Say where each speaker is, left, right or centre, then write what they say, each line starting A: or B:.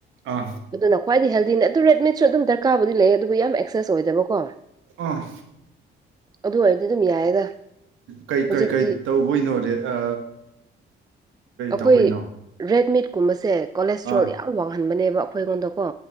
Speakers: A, on the right; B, on the right.
A: ꯑꯥ
B: ꯑꯗꯨꯅ ꯈ꯭ꯋꯥꯏꯗꯤ ꯍꯦꯜꯗꯤꯅꯦ ꯑꯗꯨ ꯔꯦꯗꯃꯤꯠꯁꯨ ꯑꯗꯨꯝ ꯗꯔꯀꯥꯔꯕꯨꯗꯤ ꯂꯩ ꯑꯗꯨꯕꯨ ꯌꯥꯝ ꯑꯦꯛꯁꯦꯁ ꯑꯣꯏꯗꯕꯀꯣ
A: ꯑꯥ
B: ꯑꯗꯨ ꯑꯣꯏꯔꯗꯤ ꯑꯗꯨꯝ ꯌꯥꯏꯌꯦꯗ
A: ꯀꯩ
B: ꯍꯧꯖꯤꯛꯇꯤ
A: ꯀꯩ ꯀꯩ ꯇꯧꯕꯩꯅꯣ ꯔꯦꯗ
B: ꯑꯩꯈꯣꯏ
A: ꯇꯧꯕꯩꯅꯣ
B: ꯔꯦꯗ ꯃꯤꯠꯀꯨꯝꯕꯁꯦ ꯀꯣꯂꯦꯁꯇ꯭ꯔꯣꯜ
A: ꯑꯥ
B: ꯌꯥꯝ ꯋꯥꯡꯍꯟꯕꯅꯦꯕ ꯑꯩꯈꯣꯏ ꯑꯩꯉꯣꯟꯗꯀꯣ